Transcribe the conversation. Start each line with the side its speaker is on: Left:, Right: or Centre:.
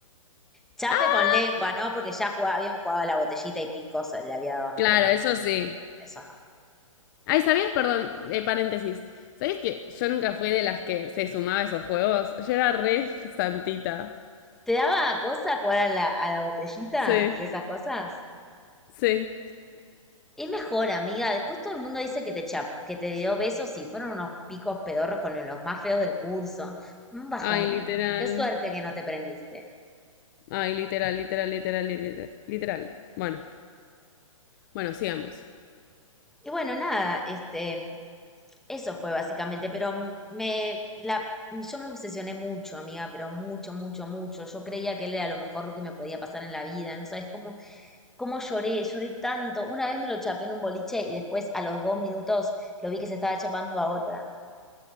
Centre: Chape
Left: ah,
Centre: con lengua, ¿no? Porque ya jugaba- habíamos jugado a la botellita y picos le había dado a mis
Left: Claro,
Centre: compañeros.
Left: eso sí.
Centre: Eso no.
Left: Ay, ¿sabías? Perdón, eh, paréntesis. ¿Sabías que yo nunca fui de las que se sumaba a esos juegos? Yo era re santita.
Centre: ¿Te daba cosa jugar a la, a la botellita
Left: Sí,
Centre: y esas cosas?
Left: sí.
Centre: Es mejor, amiga. Después todo el mundo dice que te, cha- que te dio besos y fueron unos picos pedorros con los- los más feos del curso. Un bajón.
Left: Ay, literal.
Centre: Qué suerte que no te prendiste.
Left: Ay, literal, literal, literal, literal, literal. Bueno, bueno, sigamos.
Centre: Y bueno, nada, este, eso fue básicamente, pero me, la, yo me obsesioné mucho, amiga, pero mucho, mucho, mucho. Yo creía que él era lo mejor que me podía pasar en la vida. No sabes cómo cómo lloré, lloré tanto. Una vez me lo chapé en un boliche y después a los dos minutos lo vi que se estaba chapando a otra.